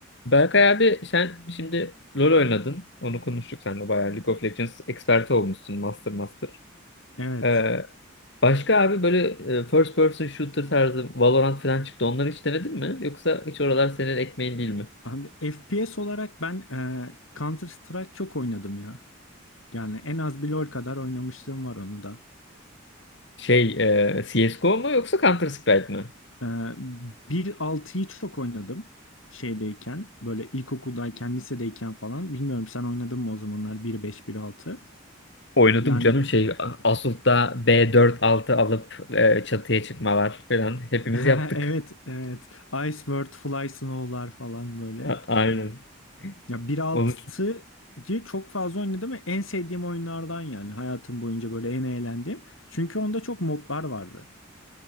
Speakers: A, on the left; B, on the left.
A: Berkay abi sen şimdi LoL oynadın. Onu konuştuk seninle bayağı. League of Legends eksperti olmuşsun. Master Master.
B: Evet.
A: Ee, başka abi böyle e, first person shooter tarzı Valorant falan çıktı. Onları hiç denedin mi? Yoksa hiç oralar senin ekmeğin değil mi?
B: Abi FPS olarak ben e, Counter Strike çok oynadım ya. Yani en az bir LoL kadar oynamışlığım var onu da.
A: Şey e, CSGO mu yoksa Counter Strike mi?
B: E, bir altıyı çok oynadım şeydeyken. Böyle ilkokuldayken, lisedeyken falan. Bilmiyorum sen oynadın mı o zamanlar bir beş bir altı.
A: Oynadım
B: Yani
A: canım şey Assault'ta B4-6 alıp e, çatıya çıkmalar falan hepimiz
B: <laughs>
A: yaptık.
B: evet, evet. Ice World, Fly Snow'lar falan böyle.
A: A- aynen.
B: Ya 1.6'yı
A: Onu...
B: çok fazla oynadım ve en sevdiğim oyunlardan yani hayatım boyunca böyle en eğlendiğim. Çünkü onda çok modlar vardı.